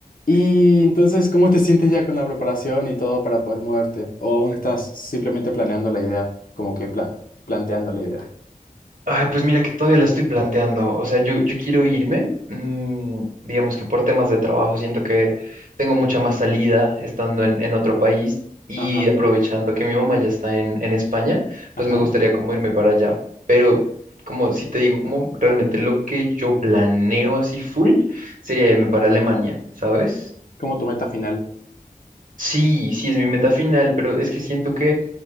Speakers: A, on the left (about 65°); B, on the right (about 60°).
A: Y entonces, ¿cómo te sientes ya con la preparación y todo para poder mudarte? ¿O aún estás simplemente planeando la idea? Como que pla- planteando la idea.
B: Ay, pues mira que todavía la estoy planteando. O sea, yo, yo quiero irme, mm, digamos que por temas de trabajo, siento que tengo mucha más salida estando en, en otro país y
A: Ajá,
B: aprovechando que mi mamá ya está en, en España,
A: ajá.
B: pues me gustaría como irme para allá. Pero como si te digo, como realmente lo que yo planeo así full sería irme para Alemania, ¿sabes?
A: Como tu meta final.
B: Sí, sí es mi meta final, pero es que siento que